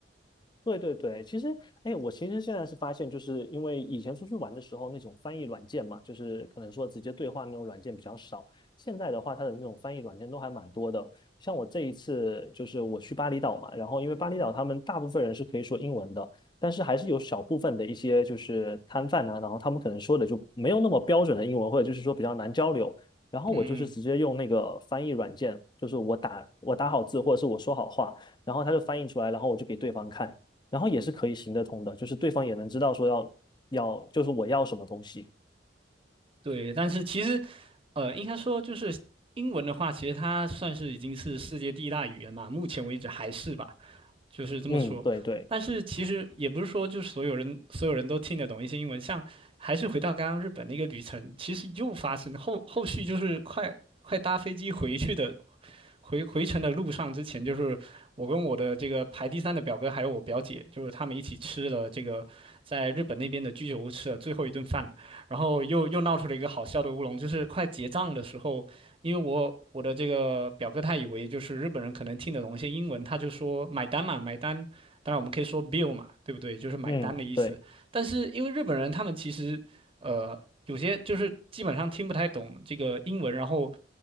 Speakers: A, on the left (about 25°); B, on the right (about 30°).
A: 对对对，其实，哎，我其实现在是发现，就是因为以前出去玩的时候，那种翻译软件嘛，就是可能说直接对话那种软件比较少。现在的话，它的那种翻译软件都还蛮多的。像我这一次就是我去巴厘岛嘛，然后因为巴厘岛他们大部分人是可以说英文的，但是还是有小部分的一些就是摊贩啊，然后他们可能说的就没有那么标准的英文，或者就是说比较难交流。然后我就是直接用那个翻译软件，
B: 嗯嗯，
A: 就是我打我打好字或者是我说好话，然后它就翻译出来，然后我就给对方看。然后也是可以行得通的，就是对方也能知道说要要，就是我要什么东西。
B: 对。但是其实呃应该说就是英文的话，其实它算是已经是世界第一大语言嘛，目前为止还是吧。就是这么说。
A: 嗯，对对，
B: 但是其实也不是说就所有人所有人都听得懂一些英文，像还是回到刚刚日本那个旅程，其实又发生后后续就是快快搭飞机回去的回回程的路上之前，就是我跟我的这个排第三的表哥还有我表姐，就是他们一起吃了这个在日本那边的居酒屋吃了最后一顿饭，然后又又闹出了一个好笑的乌龙，就是快结账的时候，因为我我的这个表哥他以为就是日本人可能听得懂一些英文，他就说买单嘛，买单。当然我们可以说 bill 嘛，对不对？就是买单的意思。
A: 嗯对，
B: 但是因为日本人他们其实，呃，有些就是基本上听不太懂这个英文，然后